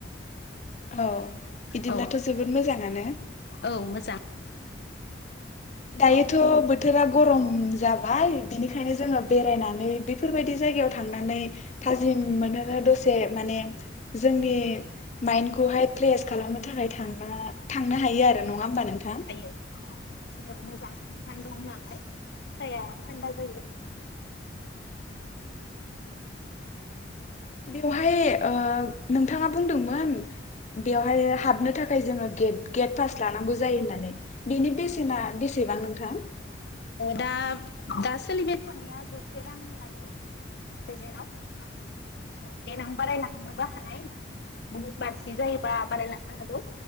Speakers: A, on the left; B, on the left.
A: औ बिदिब्लाथ'
B: औ
A: जोबोद मोजाङानो
B: औ मोजां
A: दायोथ' बोथोरा गरम जाबाय बिनिखायनो जोङो बेरायनानै बेफोरबायदि जायगायाव थांनानै थाजिम मोनहोनो दसे माने जोंनि माइन्डखौहाय फ्रेस खालामनो थाखायांना थांनो हायो आरो नङा होमबा नोंथां?
B: औ हायो <unintelligible> दा बिफां दं नालाय साया थान्दा जायो
A: बेवहाय ओ नोंथाङा बुंदोंमोन बेवहाय हाबनो थाखाय जोङोे गेट पास लानांगौ जायो होननानै बिनि बेसेना बेसेबां नोंथां?
B: दा दा सोलिबाय थानाया जौसे रां लायो प्रेजेटाव औ देेनां बाराय लांनो बो हानाय गुबै बारसि जायोबा बारायलांनो हागौ